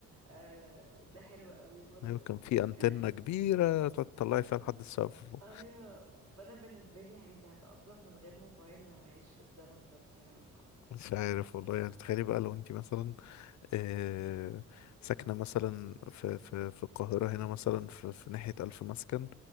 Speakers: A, on the right; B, on the left.
A: آه ده حلو قوي برضو
B: أيوة كان في أنتنة
A: <laughs>
B: كبيرة تقعد تطلعي فيها لحد السقف فوق.
A: ايوه فانا بالنسبة لي عادي هتأقلم من غير موبايل لو هعيش في الزمن ده بصراحة
B: مش عارف والله يعني تخيلي بقى لو انتي مثلا آه، ساكنة مثلا في في في القاهرة هنا مثلا في, في ناحية ألف مسكن